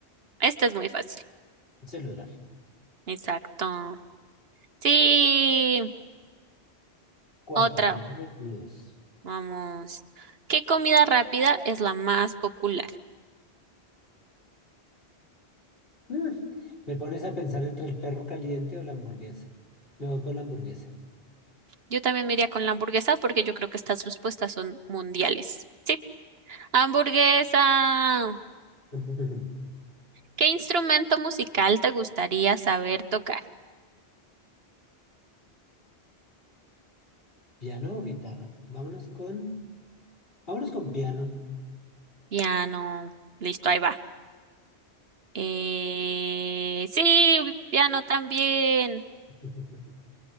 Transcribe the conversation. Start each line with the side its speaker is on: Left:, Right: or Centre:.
Right: Esta es muy fácil.
Left: El Celular.
Right: Exacto. Sí.
Left: Cuatro,
Right: Otra.
Left: voy yo, 22.
Right: Vamos. ¿Qué comida rápida es la más popular?
Left: Mm, Me pones a pensar entre el perro caliente o la hamburguesa. Me voy con la hamburguesa.
Right: Yo también me iría con la hamburguesa porque yo creo que estas respuestas son mundiales. Sí, hamburguesa.
Left: <laughs>
Right: ¿Qué instrumento musical te gustaría saber tocar?
Left: ¿Piano o guitarra? Vámonos con... Vámonos con piano.
Right: Piano. Listo, ahí va. Eh, sí, piano también.
Left: <laughs>